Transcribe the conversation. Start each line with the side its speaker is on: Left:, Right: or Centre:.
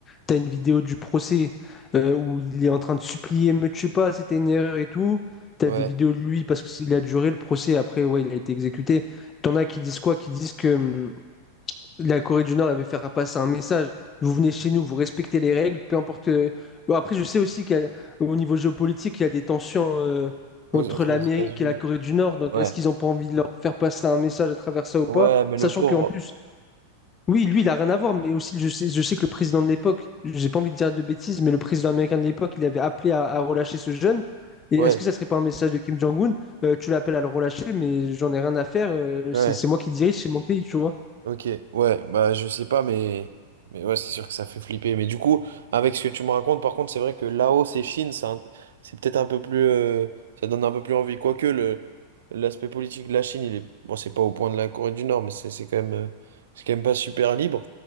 Left: tu as une vidéo du procès euh, où il est en train de supplier, me tue pas, c'était une erreur et tout. Tu
Right: Ouais,
Left: as des vidéos de lui parce qu'il a duré le procès. Après, ouais, il a été exécuté. T'en as qui disent quoi? Qui disent que. hum, la Corée du Nord avait fait faire passer un message. Vous venez chez nous, vous respectez les règles, peu importe. euh, bon, après, je sais aussi qu'au niveau géopolitique, il y a des tensions euh,
Right: aux-
Left: entre
Right: entre
Left: l'Amérique
Right: les États-Unis.
Left: et la Corée du Nord. Donc,
Right: Ouais,
Left: est-ce qu'ils n'ont pas envie de leur faire passer un message à travers ça ou
Right: ouais,
Left: pas?
Right: mais
Left: Sachant
Right: le pauvre.
Left: qu'en plus, oui, lui, il n'a rien à voir, mais aussi, je sais, je sais que le président de l'époque, j'ai pas envie de dire de bêtises, mais le président américain de l'époque, il avait appelé à, à relâcher ce jeune. Et
Right: Ouais,
Left: est-ce que ça serait pas un message de Kim Jong-un? Euh, tu l'appelles à le relâcher, mais j'en ai rien à faire. euh,
Right: ouais.
Left: c'est c'est moi qui dirige, c'est mon pays, tu vois.
Right: Ok, ouais, bah je sais pas, mais, mais ouais, c'est sûr que ça fait flipper. Mais du coup, avec ce que tu me racontes, par contre, c'est vrai que Laos et Chine, ça- c'est peut-être un peu plus, euh, ça donne un peu plus envie. Quoique le l'aspect politique de la Chine, il est, bon, c'est pas au point de la Corée du Nord, mais c'est c'est quand même, euh, c'est quand même pas super libre.